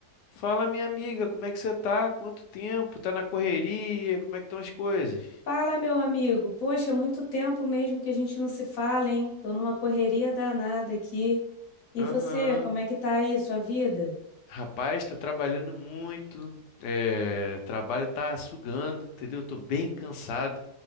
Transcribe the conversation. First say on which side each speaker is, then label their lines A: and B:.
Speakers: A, on the left; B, on the left.
A: Fala, minha amiga, como é que você tá? Quanto tempo? Tá na correria? Como é que estão as coisas?
B: Fala, meu amigo. Poxa, muito tempo mesmo que a gente não se fala, hein? Tô numa correria danada aqui. E
A: Aham.
B: você, como é que tá aí, sua vida?
A: Rapaz, tô trabalhando muito. É, trabalho tá sugando, entendeu? Tô bem cansado.